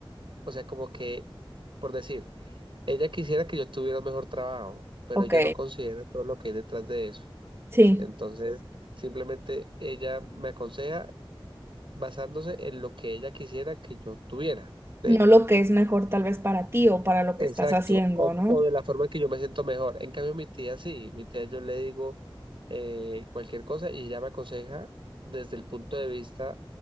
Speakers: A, on the right; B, on the right.
A: o sea, como que, por decir, ella quisiera que yo tuviera un mejor trabajo, pero
B: ok,
A: ella no considera todo lo que hay detrás de eso.
B: sí,
A: Entonces, simplemente ella me aconseja basándose en lo que ella quisiera que yo tuviera, ¿sí?
B: no lo que es mejor tal vez para ti o para lo
A: Exacto,
B: que estás haciendo,
A: o,
B: ¿no?
A: o de la forma que yo me siento mejor. En cambio, mi tía sí, mi tía yo le digo eh, cualquier cosa y ella me aconseja desde el punto de vista